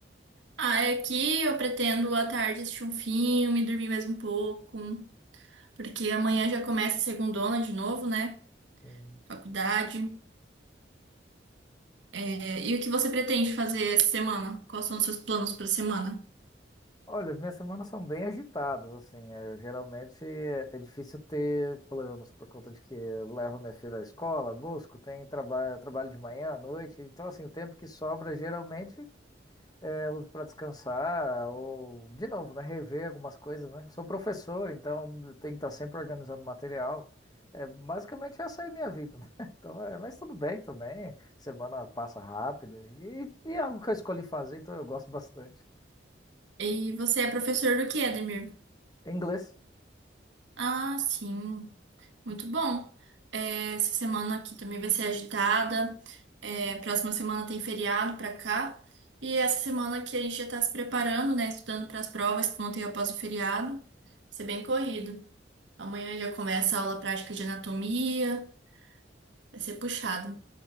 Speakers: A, on the right (about 80°); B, on the left (about 20°).
A: Ah, é aqui eu pretendo à tarde assistir um filme, dormir mais um pouco, porque amanhã já começa a segundona de novo, né?
B: aí?
A: Faculdade. É, e o que você pretende fazer essa semana? Quais são os seus planos para a semana?
B: Olha, as minhas semanas são bem agitadas, assim. é, Eu, geralmente é, é difícil ter planos por conta de que eu levo minha filha à escola, busco, tem trabalho, trabalho de manhã, à noite. Então, assim, o tempo que sobra geralmente é, eu uso para descansar ou, de novo, né, rever algumas coisas, né? Sou professor, então eu tenho que estar sempre organizando material. É, basicamente essa é a minha vida, né? <laughs> Então, é, mas tudo bem também. Semana passa rápido e, e é algo que eu escolhi fazer, então eu gosto bastante.
A: E você é professor do que, Edmir?
B: Inglês.
A: Ah, sim, muito bom. É, essa semana aqui também vai ser agitada. É, próxima semana tem feriado pra cá. E essa semana aqui a gente já tá se preparando, né? Estudando para as provas que vão ter após o feriado. Vai ser bem corrido. Amanhã já começa a aula prática de anatomia. Vai ser puxado.